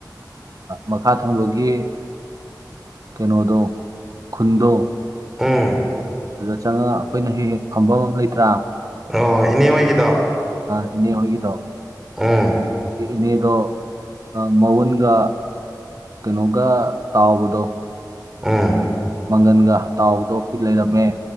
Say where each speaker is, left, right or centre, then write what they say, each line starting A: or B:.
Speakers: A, on the right (about 55°); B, in the centre.
A: ꯃꯈꯥ ꯊꯪꯕꯒꯤ ꯀꯩꯅꯣꯗꯣ ꯈꯨꯟꯗꯣ
B: ꯎꯝ
A: ꯑꯗꯨꯗ ꯆꯪꯉꯒ ꯑꯩꯈꯣꯏꯅ ꯍꯦꯛ ꯍ ꯐꯝꯐꯝ ꯑꯃ ꯂꯩꯇ꯭ꯔꯥ
B: ꯑꯣꯣꯏ ꯏꯅꯦ ꯍꯣꯏꯒꯤꯗꯣ
A: ꯑ ꯏꯅꯦ ꯍꯣꯏꯒꯗꯥꯎ
B: ꯑꯝ
A: ꯏꯅꯦꯗꯣ ꯃꯎꯟꯒ ꯀꯩꯅꯣꯒ ꯇꯥꯎꯥꯎꯕꯗꯣ
B: ꯑꯥ
A: ꯃꯪꯒꯟꯒ ꯇꯥꯎꯗꯣ ꯂꯩꯔꯝꯃꯦ